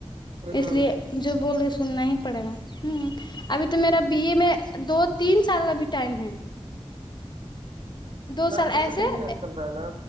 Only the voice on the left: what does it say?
اس لیے جو بول رہے سننا ہی پڑے گا ہوں ابھی تو میرا بی اے میں دو تین سال کا بھی ٹائم ہے دو
سال
ایسے